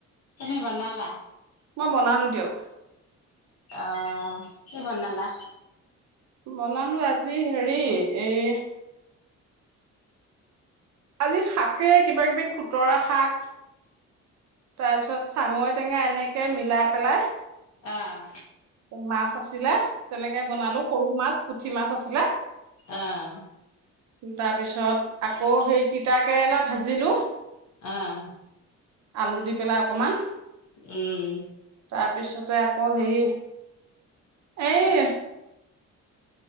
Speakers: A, on the left (about 55°); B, on the right (about 65°).
A: তুমি বনালা?
B: মই বনালোঁ দিয়ক।
A: অহ কি বনালা।
B: বনালো আজি হেৰি এই আজি শাকে কিবা কিবি খুতৰা শাক তাৰপিছত চাঙৈ টেঙা এনেকে মিলাই পেলাই
A: অহ।
B: মাছ আছিলে। তেনেকে বনালো সৰু মাছ। পুঠি মাছ আছিলে।
A: অহ।
B: তাৰ পিছত আকৌ সেই তিতা কেৰেলা ভাজিলো।
A: অহ।
B: আলু দি পেলাই অকণমান।
A: উম।
B: তাৰপিছতে আকৌ হেৰি, এই